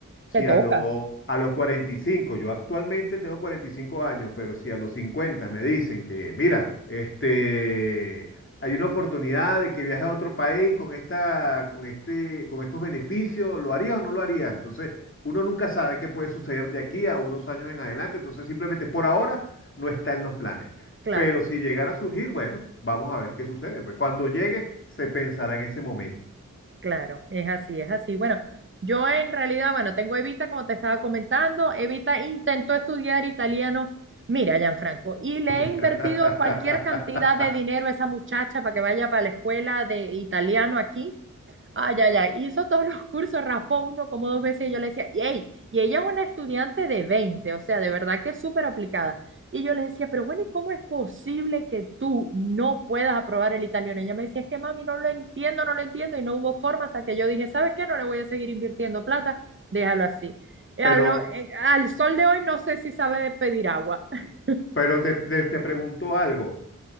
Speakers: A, on the left (about 40°); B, on the right (about 40°).
A: si
B: Te toca,
A: a, lo- a los 45, yo actualmente tengo 45 años, pero si a los 50 me dicen que, mira, este, hay una oportunidad de que viaje a otro país con esta, con este, con estos beneficios, ¿lo harías o no lo harías? Entonces, uno nunca sabe qué puede suceder de aquí a unos años en adelante, entonces simplemente por ahora no está en los planes.
B: claro,
A: Pero si llegara a surgir, bueno, vamos a ver qué sucede. Pues cuando llegue, se pensará en ese momento.
B: claro, es así, es así. Bueno, yo en realidad, bueno, tengo a Evita, como te estaba comentando, Evita intentó estudiar italiano, mira, Gianfranco, y le
A: <laughs>
B: he invertido cualquier cantidad de dinero a esa muchacha para que vaya para la escuela de italiano aquí. Ay, ay, ay, hizo todos los cursos, raspó uno como dos veces y yo le decía, y, "Ey", y ella es una estudiante de 20, o sea, de verdad que es súper aplicada. Y yo le decía, pero bueno, ¿y cómo es posible que tú no puedas aprobar el italiano? Y ella me decía, es que mami, no lo entiendo, no lo entiendo, y no hubo forma hasta que yo dije, ¿sabes qué? No le voy a seguir invirtiendo plata, déjalo así. Y
A: Pero,
B: lo- eh, al sol de hoy no sé si sabe pedir agua. <laughs>
A: pero te, te, te pregunto algo.